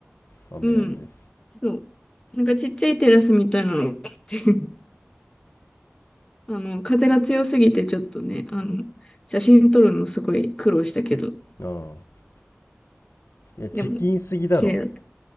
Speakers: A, on the left; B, on the left.
A: 雨止んで
B: うん。そう。なんかちっちゃいテラスみたいなのがあって、<laughs> あの、風が強すぎてちょっとね、あの、写真撮るのすごい苦労したけど、
A: ああいやチキンすぎだろ
B: でも、綺麗だった。